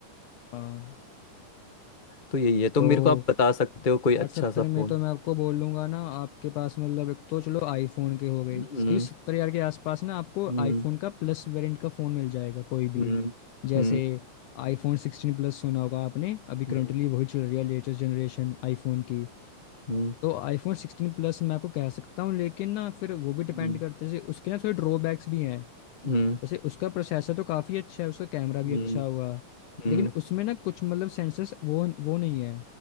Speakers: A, on the left; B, on the left.
A: हाँ,
B: तो यही है तो
A: तो
B: मेरे को आप बता सकते हो कोई
A: 60-70
B: अच्छा सा फोन
A: में तो मैं आपको बोल लूँगा ना आपके पास मतलब एक तो चलो आईफ़ोन के हो गए
B: हम्म
A: क्योंकि 70 हज़ार के आसपास ना आपको
B: हम्म
A: आईफ़ोन का प्लस वेरिएंट का फ़ोन मिल जाएगा कोई
B: हम्म
A: भी। जैसे
B: हम्म
A: आईफ़ोन 16 प्लस सुना होगा आपने, अभी करंटली
B: हम्म
A: वही चल रही है लेटेस्ट जनरेशन आईफ़ोन की।
B: हम्म
A: तो आईफ़ोन 16 प्लस मैं आपको कह सकता हूँ लेकिन ना फिर वो भी डिपेंड
B: हम्म
A: करता है जैसे उसके ना थोड़े ड्रॉबैक्स भी हैं।
B: हम्म हम्म
A: जैसे उसका प्रोसेसर तो काफ़ी अच्छा है उसका कैमरा भी
B: हम्म,
A: अच्छा होगा
B: हम्म,
A: लेकिन उसमें ना कुछ मतलब सेंसर्स वो वो नहीं है